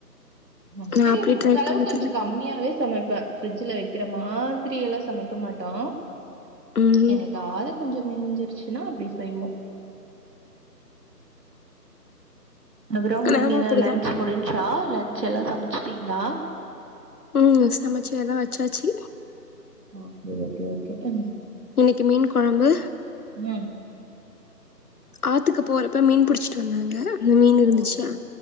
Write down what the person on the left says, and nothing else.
நா அப்டி
ட்ரை
பண்ணதில்ல
ம்
நானு அப்டிதா
உ சமைச்சுல்லா வச்சாச்சு
இன்னிக்கு மீன் குழம்பு
ஆத்துக்கு போறப்ப மீன் புடிச்சிட்டு வந்தாங்க மீன்
இருந்துச்சா